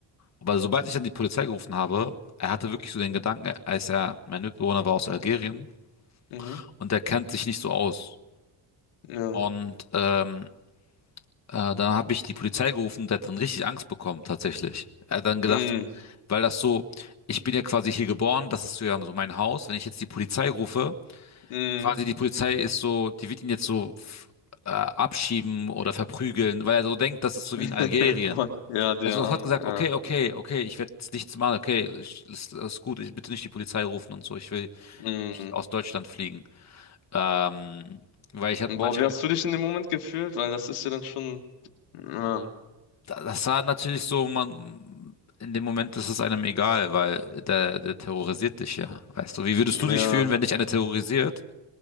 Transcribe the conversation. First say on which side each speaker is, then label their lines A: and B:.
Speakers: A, on the left; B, on the left.
A: Aber sobald ich dann die Polizei gerufen habe, er hatte wirklich so den Gedanken, als er, mein Mitbewohner war aus Algerien
B: Mhm,
A: und er kennt sich nicht so aus.
B: ja.
A: Und ähm, äh, dann habe ich die Polizei gerufen, der hat dann richtig Angst bekommen, tatsächlich. Er hat dann gedacht,
B: Mm,
A: weil das so, ich bin ja quasi hier geboren, das ist so ja so mein Haus, wenn ich jetzt die Polizei rufe,
B: mm.
A: quasi die Polizei ist so, die wird ihn jetzt so f- äh, abschieben oder verprügeln, weil er so denkt, das ist so
B: <laughs>
A: wie in Algerien.
B: Boah, Ja, der
A: Also sofort
B: Arme,
A: gesagt,
B: ja.
A: okay, okay, okay, ich werde nichts machen, okay, ich, ist, ist gut, ich, bitte nicht die Polizei rufen und so, ich will
B: Mm.
A: aus Deutschland fliegen. Ähm, weil ich hatte
B: Boah,
A: manche,
B: wie hast du dich in dem Moment gefühlt? Weil das ist ja dann schon. Ja,
A: das war natürlich so, man, in dem Moment ist es einem egal, weil der, der terrorisiert dich ja, weißt du. Wie würdest
B: ja,
A: du dich fühlen, wenn dich einer terrorisiert?